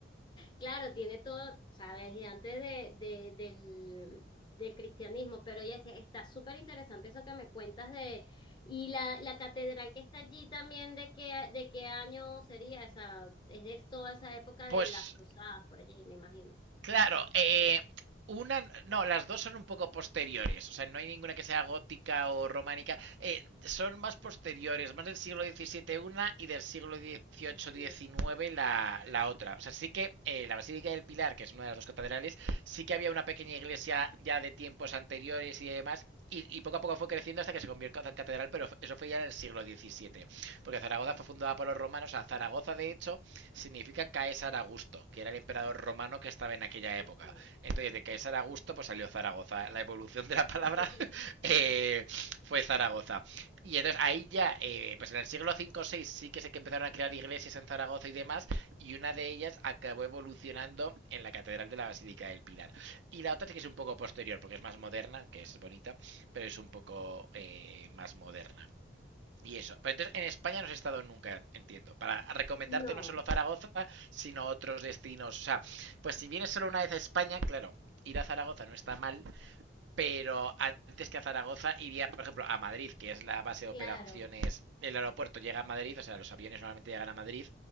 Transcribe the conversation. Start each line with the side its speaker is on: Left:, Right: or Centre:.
Left: Claro, tiene todo, sabes, y antes de, de- del, del cristianismo, pero ella decía, está súper interesante eso que me cuentas de, y la, la catedral que está allí también, ¿de qué, de qué año sería esa? Es de toda esa época
Right: Pues
Left: de las cruzadas por allí, me imagino.
Right: Claro, eh, una, no, las dos son un poco posteriores, o sea, no hay ninguna que sea gótica o románica, eh, son más posteriores, más del siglo XVII una y del siglo XVIII-XIX
Left: Ok,
Right: la, la otra. O sea, sí que eh, la Basílica del Pilar, que es una de las dos catedrales, sí que había una pequeña iglesia ya de tiempos anteriores y demás, y, y, poco a poco fue creciendo hasta que se convirtió en catedral, pero eso fue ya en el siglo XVII, porque Zaragoza fue fundada por los romanos, o sea, Zaragoza de hecho significa Caesar Augusto, que era el emperador romano que estaba en aquella
Left: ok.
Right: época. Entonces, de Caesar Augusto, pues salió Zaragoza. La evolución de
Left: <laughs>
Right: la palabra <laughs> eh, fue Zaragoza. Y entonces
Left: Ok.
Right: ahí ya, eh, pues en el siglo V o VI sí que sé que empezaron a crear iglesias en Zaragoza y demás, y una de ellas acabó evolucionando en la Catedral de la Basílica del Pilar. Y la otra sí que es un poco posterior, porque es más moderna, que es bonita, pero es un poco eh, más moderna. Y eso. Pero entonces en España no has estado nunca, entiendo. Para recomendarte
Left: No,
Right: no solo Zaragoza, sino otros destinos. O sea, pues si vienes solo una vez a España, claro, ir a Zaragoza no está mal, pero antes que a Zaragoza iría, por ejemplo, a Madrid, que es la base de
Left: claro.
Right: operaciones. El aeropuerto llega a Madrid, o sea, los aviones normalmente llegan a Madrid.